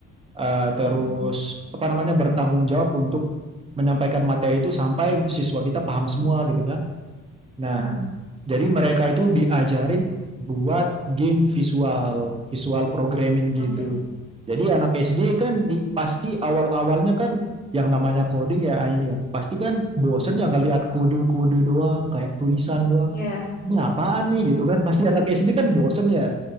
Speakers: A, on the right; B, on the left.
A: eh, terus
B: Mhm,
A: apa namanya bertanggung jawab untuk menyampaikan materi itu sampai siswa kita paham semua gitu kan. Nah,
B: mhm.
A: jadi mereka itu diajarin buat game visual, visual programming gitu.
B: Oke.
A: Jadi anak SD kan
B: Mhm,
A: di, pasti awal-awalnya kan yang namanya coding ya ini ya. Pasti kan bosen
B: mhm.
A: ya ngelihat kode-kode doang, kayak tulisan doang.
B: Iya.
A: Ini apaan nih gitu kan. Pasti anak SD kan bosen ya.